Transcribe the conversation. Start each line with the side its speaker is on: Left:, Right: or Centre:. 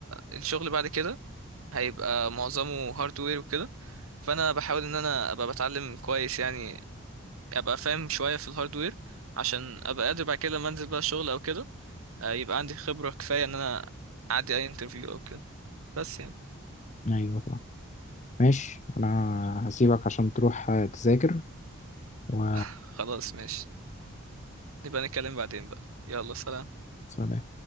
Right: الشغل بعد كده هيبقى معظمه هاردوير وكده فانا بحاول ان انا ابقى بتعلم كويس يعني ابقى فاهم شويه في الهاردوير عشان ابقى قادر بعد كده لما انزل بقى شغل او كده آه، يبقى عندي خبره كفايه ان انا اعدي اي انترفيو او كده بس يعني
Left: ايوه ماشي انا هسيبك عشان تروح آه، تذاكر
Right: <laughs>
Left: و
Right: <sighs> خلاص ماشي نبقى نتكلم بعدين بقى يلا سلام
Left: سلام.